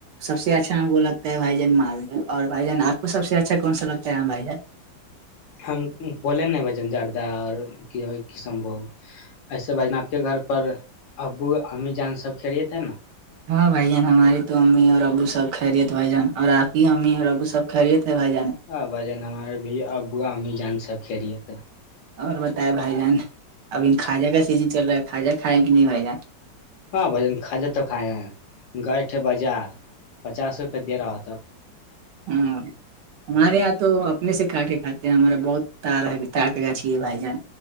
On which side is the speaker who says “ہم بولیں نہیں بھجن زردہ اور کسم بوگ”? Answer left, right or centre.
Left